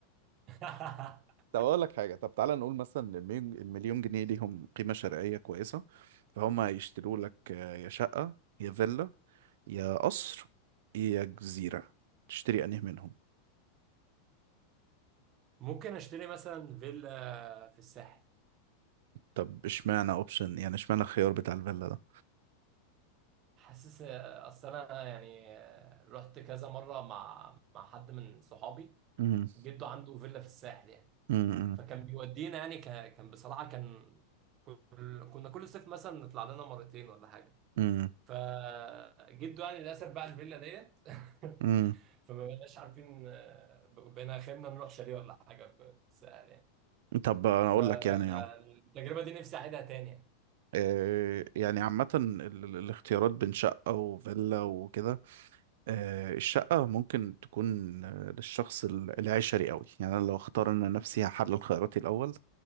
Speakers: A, on the right (about 35°); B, on the right (about 65°).
A: <laughs>
B: طب اقول لك حاجه طب تعالى نقول مثلا المليون المليون جنيه ليهم قيمه شرائيه كويسه فهم هيشتروا لك آه، يا شقه يا فيلا يا قصر يا جزيره تشتري انهي منهم
A: ممكن اشتري مثلا فيلا في الساحل
B: طب اشمعنى اوبشن يعني اشمعنى الخيار بتاع الفيلا ده
A: حاسس آه، اصل انا يعني آه، رحت كذا مره مع مع حد من صحابي
B: امم
A: جده عنده فيلا في الساحل يعني
B: امم
A: فكان بيودينا يعني ك... كان بصراحه كان كل... كنا كل صيف مثلا نطلع لنا مرتين ولا حاجه
B: امم
A: فجده يعني للاسف باع الفيلا ديت <laughs>
B: امم
A: فما بقناش عارفين آه، بقينا اخرنا نروح شاليه ولا حاجه في الساحل يعني
B: طب انا
A: فالتجربه
B: اقول لك يعني
A: دي نفسي اعيدها تاني يعني
B: آه، يعني عامة ال- ال- الاختيارات بين شقة وفيلا وكده آه، الشقة ممكن تكون آه، للشخص ال- العشري قوي يعني انا لو اختار انا نفسي هحلل خياراتي الاول